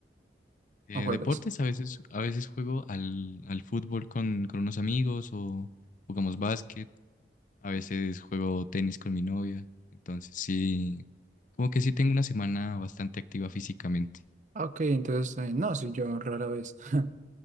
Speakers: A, on the left; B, on the right.
A: Eh,
B: o juegas?
A: deportes, a veces, a veces juego al, al fútbol con, con unos amigos o jugamos básquet, a veces juego tenis con mi novia. Entonces sí, como que sí tengo una semana bastante activa físicamente.
B: Ah, Ok, entonces, eh, no, sí, yo rara vez. <laughs>